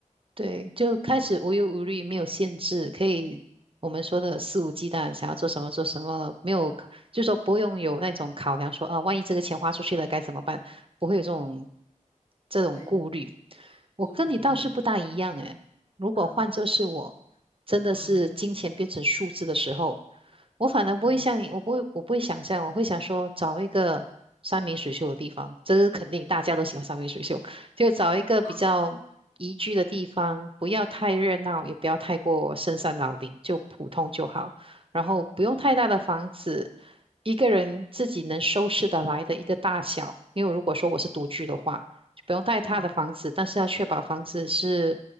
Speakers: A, on the right (about 45°); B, on the left (about 70°).
A: 对，就开始无忧无虑，没有限制，可以我们说的肆无忌惮，想要做什么做什么，没有，就是说不用有那种考量说，啊，万一这个钱花出去了该怎么办，不会有这种这种顾虑。
B: 对，
A: 我跟你倒是不大一样诶，
B: 顾虑，对，
A: 如果换作是我，
B: 啊
A: 真的是金钱变成数字的时候，
B: 啊
A: 我反而不会像你，
B: 啊
A: 我不会，我不会想这样，我会想说找一个山明水秀的地方，这个肯定大家都喜欢山明水秀。就找一个比较宜居的地方，
B: 啊，
A: 不要太热闹，也不要太过深山老林，就普通就好。然后不用太大的房子，
B: 嗯
A: 一个人自己能收拾得来的一个大小。因为如果说我是独居的话，就不用太大的房子，
B: 嗯
A: 但是要确保房子是